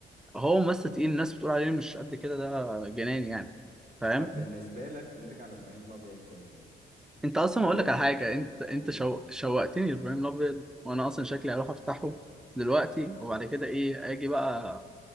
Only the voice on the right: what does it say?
طب بالنسبة لك نرجع لابراهيم الابيض تاني
دور
قول لي
حاجة